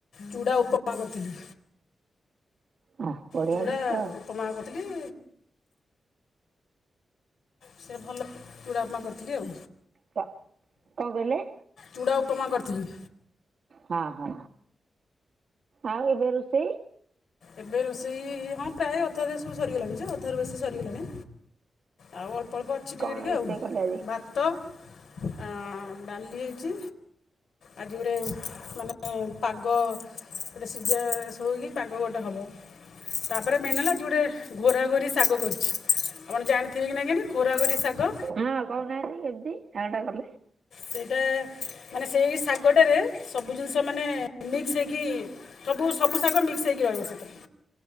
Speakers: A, on the left; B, on the right.
A: ଚୁଡ଼ା ଉପମା କରିଥିଲି।
B: ଆ ବଢିଆ
A: ଚୁଡା
B: ଜିନିଷ ଆଉ।
A: ଉପମା କରିଥିଲି ସେ ଭଲ ଚୁଡ଼ାପମା କରିଥିଲି ଆଉ।
B: କ କଣ କହିଲେ?
A: ଚୁଡ଼ା ଉପମା କରିଥିଲି।
B: ହଁ ହଁ। ଆଉ ଏବେ ରୋଷେଇ?
A: ଏବେ ରୋଷେଇ ହଁ ପ୍ରାୟ ଅଧା ଦେ ସବୁ ସରିଗଲାଣି ଯେ ଅଧାରୁ ବେଶି ସରିଗଲାଣି। ଆଉ ଅଳ୍ପ ଅଳ୍ପ ଅଛି ଟିକେ
B: କଣ
A: ଟିକେ
B: ରୋଷେଇ
A: ଆଉ
B: କଲେ ଆଜି?
A: ଭା ତ ଅ ଡାଲି ହୋଇଛି। ଆଜି ଗୋଟେ ମାନେ ପାଗ ଗୋଟେ ସିଝା ଶୋଇକି ପାଗ ଗ ଗୋଟେ ହବ, ତାପରେ ମେନ୍ ହେଲା ଆଜି ଗୋଟେ ଘୋରା ଘୋରି ଶାଗ କରିଛି। ଆପଣ ଜାଣିଥିବେ କି ନାଇଁ କେଜାଣି ଘୋରାଘୋରି ଶାଗ?
B: ହଁ କହୁନାହାନ୍ତି କେମିତି ଶାଗଟା କଲେ?
A: ସେଇଟା ମାନେ ସେଇ ଶାଗଟାରେ ସବୁ ଜିନିଷ ମାନେ ମିକ୍ସ ହେଇକି ସବୁ ସବୁ ଶାଗ ମିକ୍ସ ହୋଇକି ରହିବ ସେଥିରେ।